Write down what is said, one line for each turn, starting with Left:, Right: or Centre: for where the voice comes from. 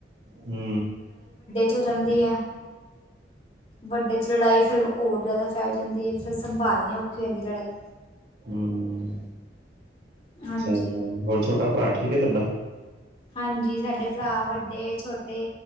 Right: ਹੂੰ
Left: ਚੋ ਰੈਂਦੀ ਐ। ਵੱਡੇ ਚ ਲੜਾਈ ਫਿਰ ਔਰ ਜ਼ਿਆਦਾ ਫੈਲ ਜਾਂਦੀ ਐ ਫਿਰ ਸੰਭਾਲਣੀ ਔਖੀ ਹੋ ਜਾਂਦੀ ਐ ਲੜਾਈ।
Right: ਹੂੰ
Left: ਹਾਂਜੀ,
Right: ਚੰਗਾ, ਹੋਰ ਛੋਟਾ ਭਰਾ ਠੀਕ ਹੈ ਤੁਹਾਡਾ।
Left: ਹਾਂਜੀ ਸਾਡੇ ਭਰਾ ਵੱਡੇ ਛੋਟੇ